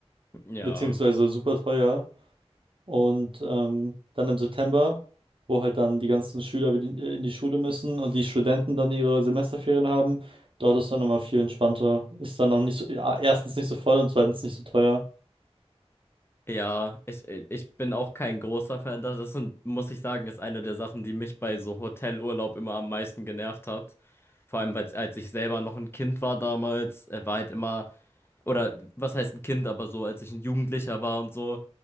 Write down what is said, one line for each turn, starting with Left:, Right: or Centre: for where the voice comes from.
Left: Ja.
Right: beziehungsweise super teuer. Und ähm, dann im September, wo halt dann die ganzen Schüler wieder in in die Schule müssen und die Studenten dann ihre Semesterferien haben, dort ist dann immer viel entspannter. Ist dann auch nicht so, ja, erstens nicht so voll und zweitens nicht so teuer.
Left: Ja, ich, ich bin auch kein großer Fan. Das ist, und muss ich sagen, ist eine der Sachen, die mich bei so Hotelurlaub immer am meisten genervt hat. Vor allem, weil als ich selber noch ein Kind war damals, äh, war halt immer oder was heißt ein Kind, aber so, als ich ein Jugendlicher war und so,